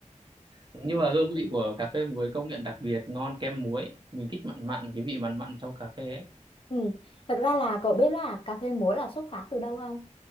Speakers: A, on the right; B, on the left.
A: nhưng mà hương vị của cà phê muối công nhận đặc biệt ngon kem muối mình thích mặn mặn cái vị mặn mặn trong cà phê ấy
B: ừ thực ra là cậu biết là cà phê muối là xuất phát từ đâu không